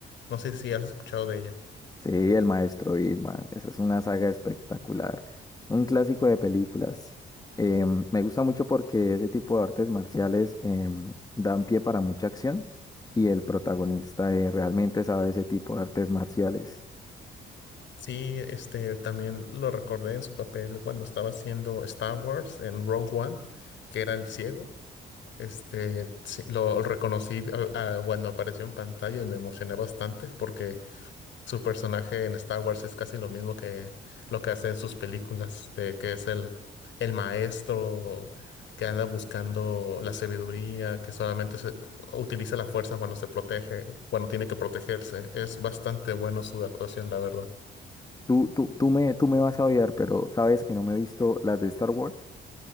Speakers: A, on the left (about 70°); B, on the left (about 20°).
A: No sé si has escuchado de ella.
B: Sí, El Maestro Irma. Esa es una saga espectacular. Un clásico de películas. Em, me gusta mucho porque ese tipo de artes marciales em, dan pie para mucha acción y el protagonista eh, realmente sabe ese tipo de artes marciales.
A: Sí, este también lo recordé en su papel cuando estaba haciendo Star Wars en Rogue One, que era el ciego. Este, sí, lo reconocí a- a- cuando apareció en pantalla y me emocioné bastante porque su personaje en Star Wars es casi lo mismo que lo que hace en sus películas, de que es el, el maestro que anda buscando la sabiduría, que solamente se- utiliza la fuerza cuando se protege, cuando tiene que protegerse. Es bastante bueno su actuación, la verdad.
B: Tú, tú, tú me, tú me vas a odiar, pero sabes que no me he visto las de Star Wars.